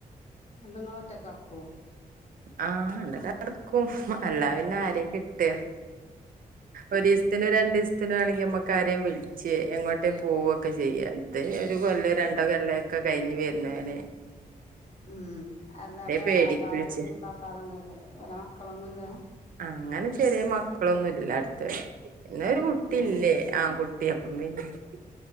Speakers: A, on the left; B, on the right.
A: ന്തങ്ങൾ ഒറ്റകടക്കോ
B: ആ ണ്ടക്കെ കട്ക്കും അല്ലാ പിന്നെ ആരെയാ കിട്ടാ ഒരീസത്ത്നും രണ്ട്സ്ത്തിനു ആണെങ്കി നമ്മക് ആരെയും വിളി ച്ചെ എങ്ങോട്ടേ പോവൊക്കെ ചെയ്യ ഇത് ഒരു കൊല്ലോ രണ്ടോ കൊല്ലൊക്കെ കഴിഞ് വര്‌നെൻ
A: ഉം അല്ലപ്പെളാപ്പാരും
B: പേടിക്ക് വിളിച്ച്
A: മൂത്താപ്പാരൊന്നുല്ലേ ഓലെ മക്കളൊന്നുല്ല
B: അങ്ങനെ ചെറിയ മക്കളൊന്നുംല്ല അട്ത്ത് വരെ പിന്നെ ഒരു കുട്ടില്ലേ
A: ആ
B: ആൺകുട്ടി അപ്പം പിന്നെ -